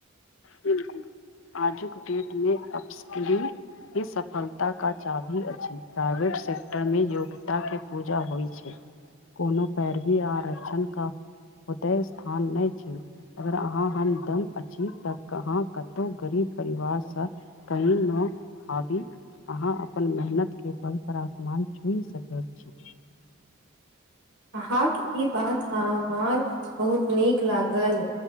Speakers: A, on the left (about 65°); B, on the right (about 80°).
A: बिल्कूल आजुक अप्सक ई सफलता का चाभी अछि प्राइवेट सेक्टरमे योग्यताके पूजा होइत छै। कोनो पैरवी आरक्षण कऽ ओते स्थान नहि छै अगर अहाँ हमदम अछि तऽ। कहाँ कतहु गरीब परिवारसँ कही मे आबी अहाँ अपन मेहनतके फल पर आसमान छूनि सकैत छी।
B: अहाँकेँ ई बात हमर बहुत नीक लागल